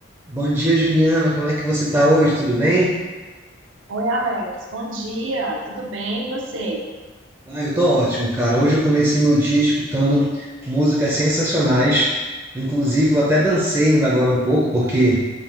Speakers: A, on the right; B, on the right.
A: Bom dia, Juliana. Como é que você tá hoje? Tudo bem?
B: Oi, Alex. Bom dia. Tudo bem? E você?
A: Ah, eu tô ótimo, cara. Hoje eu comecei meu dia escutando músicas sensacionais. Inclusive, eu até dancei ainda agora um pouco, porque